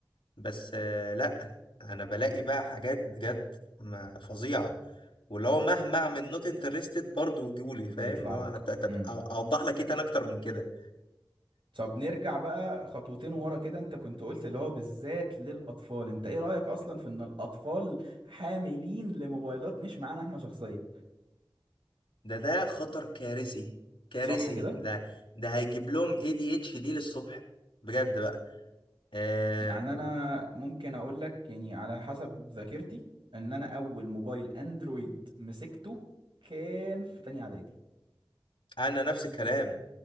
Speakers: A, on the left (about 75°); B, on the right (about 70°).
A: بس آه، لأ أنا بلاقي بقى حاجات بجد ما- فظيعة واللي هو مهما أعمل نوت انترستد برضه يجولي
B: بيطلع
A: فاهم اللي هو
B: لك
A: ت- طب
B: امم
A: أو- أوضح لك إيه تاني أكتر من كده
B: طب نرجع بقى خطوتين ورا كده انت كنت قلت اللي هو بالذات للاطفال انت ايه رايك اصلا في ان الاطفال حاملين لموبايلات مش معانا احنا شخصيا
A: ده ده خطر كارثي كارثي
B: صح كده
A: ده ده هيجيب لهم اي دي اتش دي للصبح بجد بقى آه،
B: يعني انا ممكن اقول لك يعني على حسب ذاكرتي ان انا اول موبايل اندرويد مسكته كان في تانية اعدادي
A: أنا نفس الكلام